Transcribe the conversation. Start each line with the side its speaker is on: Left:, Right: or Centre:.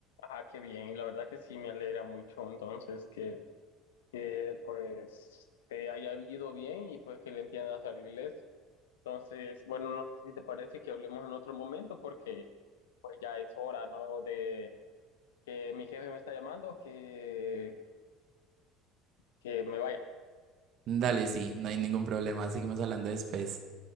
Left: Ah, qué bien, la verdad que sí me alegra mucho entonces que que pues te haya ido bien y pues que le entiendas al inglés. Entonces, bueno, no sé si te parece que hablemos en otro momento porque pues ya es hora, ¿no? De que mi jefe me está llamando, que, que me vaya.
Right: Dale, sí, no hay ningún problema. Seguimos hablando después.